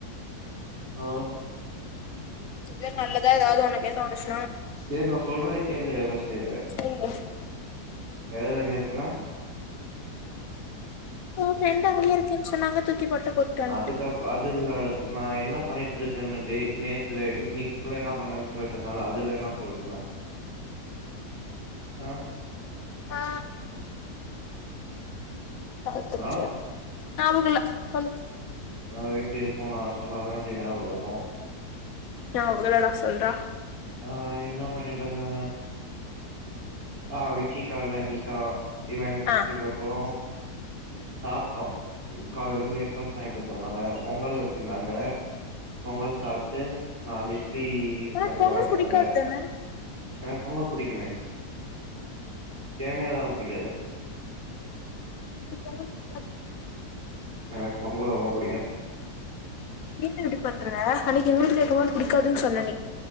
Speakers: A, on the right; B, on the left.
A: ஆ
B: எது நல்லதா எதாது ஒகேட்டா வாங்க சொ
A: செரி நா சொல்றத கேலு ஃபஸ்ட்டு
B: சொல்லு
A: வளையல் வந்து எத்ன
B: ஓ பிரெண்ட அங்கேயே இருக்கன் சொன்னாங்க தூக்கி போட்டு வன்ட்ட
A: அதுகப் அதுல நா என்ன பண்ணிட்டு இருக்க டேய் நேத்து இன்னக்கு ஃபுள்ளா என்ன பண்ணேன்னு சொல்லிட் இருந்தல அதுல என்ன சொல்லுட்டுருந்தா ஆ
B: ஆ வாழ்த்துக்கள்
A: ஆ
B: நம்புல சொல்லு
A: அது எப்டி இருக்கோ நா சொன்னாலா எப்டி ஞாபக இருக்கோ
B: யா அவ்லோட சொல்றா
A: ஆ என்ன பண்ணிட்டு இருந்தாங்க ஆ விக்கி காலைல எந்திரிச்சா இவ எழுந்திருச்சிக்கு
B: ஆ
A: அப்பரோ சாப்ட்டோ ம் காலையில பிரேக்ஃபாஸ்ட் வாய்ட்டு தந்தாங்க பொங்கல் வச்சிருந்தாங்க பொங்கல் சாப்ட்டு நாலு இட்லி
B: உனக்கு
A: கடயில
B: பொங்கல்
A: வாயிட்டு
B: புடிக்காது
A: வந்தாங்க
B: தான
A: எனகு பொங்கல் புடிக்குமே சேமியா தான புடிக்காது
B: பொங்கல் புடிக்
A: எனக் பொங்கல் ரொம்ப புடிக்கு
B: வீண்டு இப்டி பண்ற அன்னைக்கு வீட்டுல இருக்கும் போது பிடிக்காதுன் சொன்ன நீ